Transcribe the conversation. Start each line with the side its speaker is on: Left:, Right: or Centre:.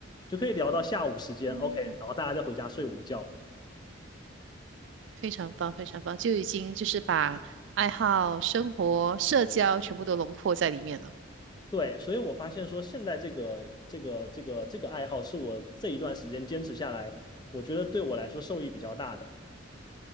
Left: 就可以聊到下午时间，OK，
Right: 哦，
Left: 然后大家再回家睡午觉，
Right: 非常棒，非常棒，就已经就是把爱好、生活、社交全部都轮廓在里面了。
Left: 对，所以我发现说，现在这个这个这个这个爱好是我这一段时间坚持下来，我觉得对我来说受益比较大的。